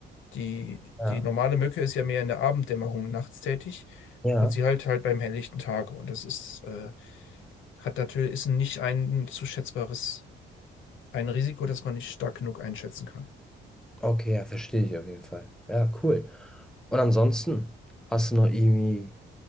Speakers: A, on the left; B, in the centre.
A: Die,
B: ja,
A: die normale Mücke ist ja mehr in der Abenddämmerung nachts tätig
B: ja.
A: und sie halt halt beim helllichten Tage. Und das ist äh, hat natürlich, ist nicht ein zu schätzbares ein Risiko, das man nicht stark genug einschätzen kann.
B: Okay, ja, verstehe ich auf jeden Fall. Ja, cool. Und ansonsten, hast du noch irgendwie